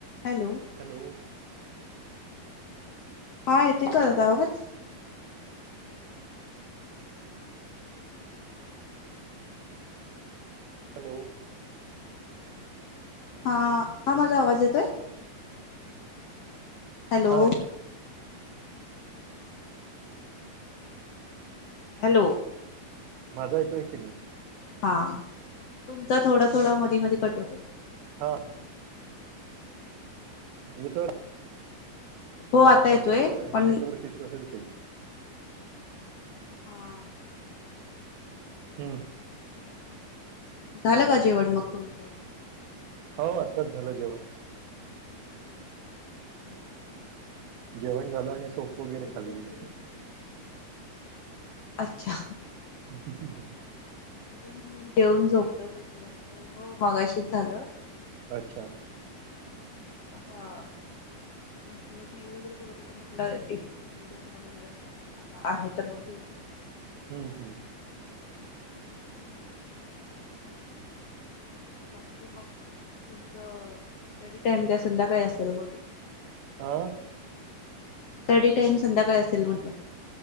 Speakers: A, on the left; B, on the right.
A: Hello
B: hello.
A: हा येते कळत आवाज.
B: हॅलो.
A: हा. हां माझा आवाज येतोय, हॅलो.
B: हा
A: हॅलो.
B: माजा येतोय की नाही.
A: हा तुमचा थोडा थोडा मधी मधी कट होतोय.
B: ह. हे तर
A: हो आता
B: अच्छा
A: येतोय
B: करतोय
A: पण
B: नेटवर्क इश्यू असेल ते.
A: हा.
B: हम्म.
A: झालं का जेवण मग तुमचं.
B: हो आत्ताच झालं जेवण.
A: ह.
B: जेवण झालं आणि सोप वगैरे
A: तुमच
B: खाल्ली.
A: अच्छा.
B: कस <unintelligible>
A: मी पण जेऊन झोपले होते ते थोडस हो मगाशीच झालं.
B: अच्छा.
A: हां. टी व्ही वगैरे बघत होते म्हटलं उद्या तुम्हाला वेळ असतात तर मग आता आहे तर मग घेऊया असं.
B: हम्म हम्म.
A: ह् <inaudible> बाकी मग तुमचं स्टडी टाइम उद्या संध्याकाळी असेल बहुतेक.
B: अ.
A: स्टडी टाइम संध्याकाळ असेल म्हटलं.